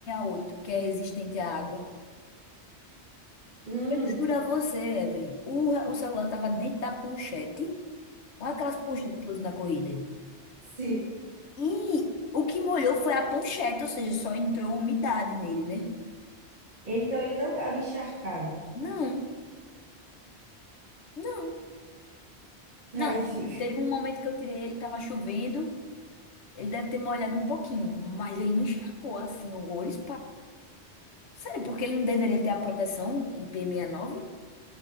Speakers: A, on the left; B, on the right.
A: oito, que é resistente à água.
B: Hum,
A: Eu juro a você, Evelyn, o, re- o celular estava dentro da ponchete, não é aquelas ponchetes que eu uso na corrida.
B: sim.
A: E o que molhou foi a ponchete, ou seja, só entrou umidade nele, né?
B: Então ele não estava encharcado.
A: Não, não,
B: Aí
A: não. minto.
B: fica.
A: Teve
B: <laughs>
A: um momento que eu tirei ele, estava chovendo, ele deve ter molhado um pouquinho, mas ele não encharcou assim, horrores, Sério, porque ele não deveria ter a proteção IP69?